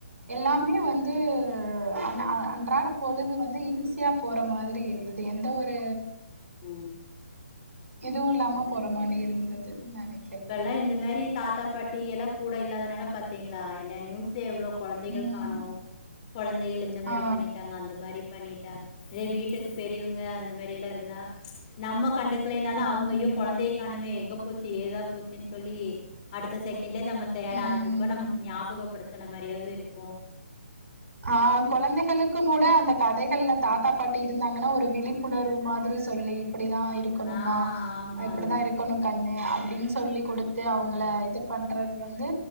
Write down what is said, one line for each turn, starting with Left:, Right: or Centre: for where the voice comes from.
Right: எல்லாமே வந்து அன் அ அன்றாட பொழுது வந்து ஈஸியா போற மாதிரி இருக்குது ஏ எந்த ஒரு
Left: ம்
Right: எதுவுல்லாம போற மாரி இருந்துது நெனைக்
Left: இப்பெல்லா இந்த மேரி தாத்தா பாட்டி எல்லா கூட இல்லாதனால பாத்தீங்ளா என்ன நியூஷே எவ்ளோ கொழந்தைகள்
Right: ம்.
Left: காணோ கொழந்தைகள் இந்த மரி
Right: ஆ.
Left: பண்ணிட்டாங்க அந்த மாரி பண்ணிட்டாங்க இதே வீட்டுக்கு பெரியவங்க அந்த மேரி இதாருந்தா நம்மோ கண்டுக்லேனாலு
Right: ம்.
Left: அவங்க அய்யோ கொழந்தைய காணுமே எங்க போச்சு ஏதா போ போச்சுன் சொல்லி அடுத்த செகன் கிட்டே நம்ம தேட
Right: ம்
Left: ஆரம்பிப்போ நமக்கு ஞாபகப்படுத் தன மாரியாது இருக்
Right: ஆ கொழந்தைகளுக் மூட அந்த கதைகள்ல தாத்தா பாட்டி டு ந்தாங்கனா ஒரு விழிப்புணர்வு மாதிரி சொல்லி இப்டிதா இருக்கணுமா
Left: ஆ ஆமாங்க
Right: அ இப்டித்தா இருக்கணு கண்ணு <unintelligible> அப்டின் சொல்லி குடுத்து அவங்கள இது பண்றது வந்து